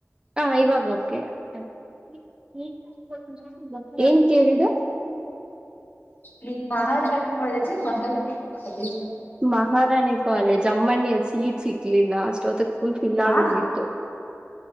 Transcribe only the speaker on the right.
ಹ <unintelligible> ಏನ್ ಕೇಳ್ದೆ
Maharani college ಅಮ್ಮನಣಿಯಲ್ಲಿ ಸೀಟ್ ಸಿಕ್ಲಿಲ್ಲ ಅಷ್ಟೊತಕ್ ಫುಲ್ ಫಿಲ್
ಆಗ್ ಹೋಗಿತ್ತು